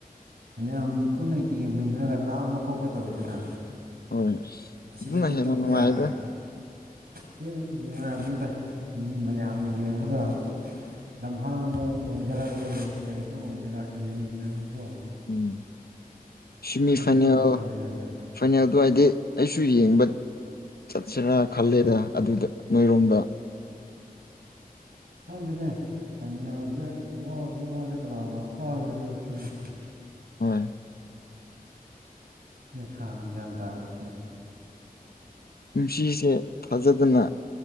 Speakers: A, on the right (about 75°); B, on the left (about 80°).
A: ꯃꯌꯥꯝ ꯄꯨꯟꯅ ꯌꯦꯡꯃꯤꯟꯅꯔꯒ ꯂꯥꯝꯕ ꯈꯣꯠꯄ ꯇꯧꯋꯤꯗꯅ
B: ꯍꯣꯏ
A: ꯑꯁꯤꯗꯗꯤ
B: ꯑꯗꯨꯅ ꯍꯦꯟꯅ
A: ꯇꯧ
B: ꯅꯨꯡꯉꯥꯏꯗ
A: ꯌꯥꯗꯦ ꯅꯪ ꯅꯨꯡꯉꯥꯏꯕꯅꯤꯗ ꯃꯤ ꯃꯌꯥꯝ ꯌꯦꯡꯉꯒ ꯂꯝꯍꯥꯡꯗ ꯑꯣꯏꯒꯦꯔꯥ ꯀꯩ ꯀꯩꯗ ꯑꯣꯏꯒꯦꯔꯥ ꯌꯦꯡꯃꯤꯟꯅꯔꯣ
B: ꯎꯝ ꯁꯤꯃꯤ ꯐꯥꯏꯅꯦꯜ
A: ꯁꯨꯃꯥꯏꯅ ꯇꯧ ꯌꯥꯔꯣꯏ
B: ꯐꯥꯏꯅꯦꯜ ꯗꯋꯥꯏꯗꯤ ꯑꯩꯁꯨ ꯌꯦꯡꯕ ꯆꯠꯁꯦꯔ ꯈꯜꯂꯦꯗ ꯑꯗꯨꯗ ꯅꯣꯏꯔꯣꯝꯗ
A: ꯈꯪꯗꯦꯅꯦ <unintelligible> ꯁꯦ ꯋ꯭ꯁꯨ ꯋꯔꯦ ꯀꯅꯥꯅꯥ ꯀꯗꯣꯏꯔꯥ ꯁꯤꯅꯤ
B: ꯍꯣꯏ
A: ꯁꯤꯗꯤ ꯍꯥꯟꯅ ꯒ꯭ꯌꯥꯟ ꯇꯥꯗꯔꯤꯁꯦ
B: ꯄꯨꯨꯟꯁꯤꯁꯦ ꯊꯥꯖꯗꯅ